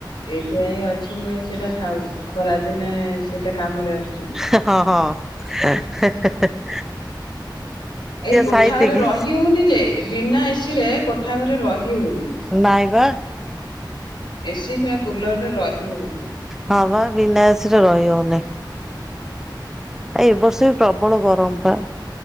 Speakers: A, on the left; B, in the centre.
A: ସେ ଇଁ ଅଛି ମୁଁ ସେଇଟା ଥାଉ। ଖରା ଦିନେ ସେଇଟା କାମରେ ଆସୁ
B: ହଁ ହଁ ହେଁ ହେଁ।
A: ଏଇ କୋଠା
B: ସାଇତିକି
A: ଘରେ ରହି ହଉନି ଯେ ବିନା ଏସି ରେ କୋଠା ଘରେ ରହି ହଉନି।
B: ନାଇଁବା।
A: ଏସିି କିମ୍ବା କୁଲର ରେ ରହି ହଉନି
B: ହଁ ବା ବିନା ଏସିରେ ରହି ହଉନି। ଏ ବର୍ଷ ବି ପ୍ରବଳ ଗରମ ବା।